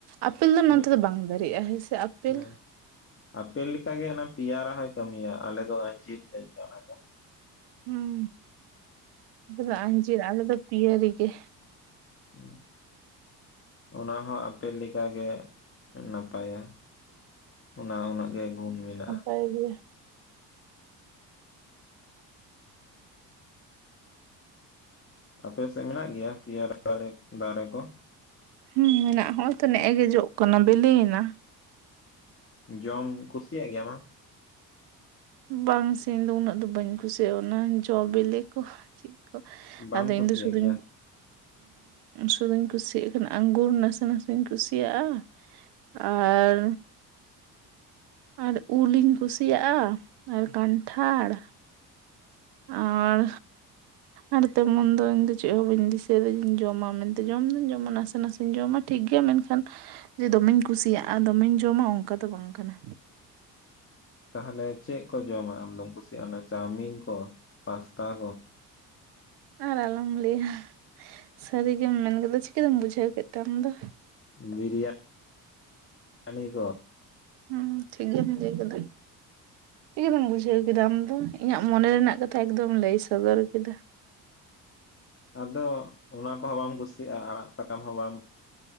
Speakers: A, on the right; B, on the left.
A: ᱟᱯᱮᱞ ᱫᱚ ᱱᱚᱱᱚᱛᱮ
B: ᱢᱤᱫ
A: ᱫᱚ ᱵᱟᱝ ᱫᱟᱨᱤᱜᱼᱟ ᱦᱮᱸᱥᱮ ᱟᱯᱮᱞ
B: ᱦᱮᱸ ᱟᱯᱮᱞ ᱞᱮᱠᱟ ᱜᱮ ᱚᱱᱟ ᱯᱮᱭᱟᱨᱟ ᱦᱚᱸᱭ ᱠᱟᱹᱢᱤᱭᱟ ᱟᱞᱮ ᱫᱚ ᱟᱸᱡᱤᱨ ᱞᱮ ᱞᱟᱹᱭᱟ ᱚᱱᱟ ᱫᱚ᱾
A: ᱦᱩᱸ ᱟᱯᱮ ᱫᱚ ᱟᱸᱡᱤᱨ ᱟᱞᱮ ᱫᱚ ᱯᱤᱭᱟᱹᱨᱤ ᱜᱮ᱾
B: ᱦᱳᱭ ᱚᱱᱟ ᱦᱚᱸ ᱟᱯᱮᱞ ᱞᱮᱠᱟ ᱜᱮ ᱱᱟᱯᱟᱭᱟ᱾ ᱚᱱᱟ ᱩᱱᱟᱹᱜ ᱜᱮ ᱜᱩᱱ ᱢᱮᱱᱟᱜᱼᱟ᱾
A: ᱦᱳᱭ ᱜᱤ
B: ᱟᱯᱮᱥᱮᱜ ᱢᱮᱱᱟᱜ ᱜᱮᱭᱟ ᱯᱮᱭᱟᱨᱟ ᱫᱟᱨᱮ ᱫᱟᱨᱮ ᱠᱚ᱾
A: ᱦᱩᱸ ᱢᱮᱱᱟᱜᱼᱟ ᱦᱚᱜᱚᱭ ᱛᱚ ᱱᱮᱜᱼᱮ ᱜᱮ ᱡᱚᱜ ᱠᱟᱱᱟ ᱵᱮᱞᱮᱭᱮᱱᱟ᱾
B: ᱡᱚᱢ ᱠᱩᱥᱤᱭᱟᱜ ᱜᱮᱭᱟᱢ ᱟᱢ ᱚᱱᱟ ᱾
A: ᱵᱟᱝ ᱥᱮ ᱤᱧ ᱫᱚ ᱩᱱᱟᱹᱜ ᱫᱚ ᱵᱟᱹᱧ ᱠᱩᱥᱤᱭᱟᱜ ᱚᱱᱟ ᱡᱚ ᱵᱤᱞᱤ ᱠᱚ ᱪᱮᱫ
B: ᱵᱟᱢ
A: ᱟᱫᱚ ᱤᱧ
B: ᱠᱩᱥᱤᱭᱟᱜ
A: ᱫᱚ ᱥᱩᱫᱷᱩᱧ
B: ᱜᱮᱭᱟ
A: ᱥᱩᱫᱷᱩᱧ ᱠᱩᱥᱤᱭᱟᱜ ᱠᱷᱟᱱ ᱟᱸᱜᱩᱨ ᱱᱟᱥᱮ ᱱᱟᱥᱮᱧ ᱠᱩᱥᱤᱭᱟᱜᱼᱟ᱾ ᱟᱨ ᱟᱨ ᱩᱞᱤ, ᱤᱧ ᱠᱩᱥᱤᱭᱟᱜᱼᱟ ᱟᱨ ᱠᱟᱱᱴᱷᱟᱲ, ᱟᱨ
B: <inaudible>
A: ᱟᱨ ᱛᱮᱢᱚᱱᱫᱚ ᱤᱧᱫᱚ ᱪᱮᱜ ᱦᱚ ᱵᱟᱹᱧ ᱫᱤᱥᱟᱹᱭᱮᱫᱟ ᱡᱮᱧ ᱡᱚᱢᱟ ᱢᱮᱱᱛᱮ ᱡᱚᱢ ᱫᱩᱧ ᱡᱚᱢᱟ ᱱᱟᱥᱮ ᱱᱟᱥᱮᱧ ᱡᱚᱢᱟ᱾ ᱴᱷᱤᱠ ᱜᱮᱭᱟ ᱢᱮᱱᱠᱷᱟᱱ ᱡᱮ ᱫᱚᱢᱮᱧ ᱠᱩᱥᱤᱭᱟᱜᱼᱟ ᱫᱚᱢᱮᱧ ᱡᱚᱢᱟ ᱚᱱᱠᱟ ᱫᱚ ᱵᱟᱝ ᱠᱟᱱᱟ᱾
B: ᱛᱟᱦᱞᱮ ᱪᱮᱜ ᱠᱚ ᱡᱚᱢᱟᱜ ᱟᱢᱫᱚᱢ ᱠᱩᱥᱤᱭᱟᱜᱼᱟ ᱚᱱᱟ ᱪᱟᱣᱢᱤᱱ ᱠᱚ ᱯᱟᱥᱛᱟ ᱠᱚ᱾
A: ᱟᱨ ᱟᱞᱚᱢ ᱞᱟᱹᱭᱟ ᱥᱟᱹᱨᱤ ᱜᱮᱢ ᱢᱮᱱ ᱠᱮᱫᱟ ᱪᱤᱠᱟᱹᱛᱮᱢ ᱵᱩᱡᱷᱟᱹᱣ ᱠᱮᱫ ᱛᱮ ᱟᱢ ᱫᱚ᱾
B: ᱵᱤᱨᱤᱭᱟᱱᱤ ᱠᱚ
A: ᱦᱩᱸ ᱴᱷᱤᱠ ᱜᱮᱢ ᱞᱟᱹᱭ ᱠᱟᱫᱟ᱾ ᱪᱤᱠᱟᱹᱛᱮᱢ ᱵᱩᱡᱷᱟᱹᱣ ᱠᱮᱫᱟ ᱟᱢ ᱫᱚ ᱤᱧᱟᱹᱜ ᱢᱚᱱᱮ ᱨᱮᱱᱟᱜ ᱠᱟᱛᱷᱟ ᱮᱠᱫᱚᱢ ᱞᱟᱹᱭ ᱥᱚᱫᱚᱨ ᱠᱮᱫᱟ᱾
B: ᱟᱫᱚ ᱚᱱᱟ ᱠᱚᱦᱚ ᱵᱟᱢ ᱠᱩᱥᱤᱭᱟᱜᱼᱟ ᱟᱲᱟᱜ ᱥᱟᱠᱟᱢ ᱦᱚᱸ ᱵᱟᱢ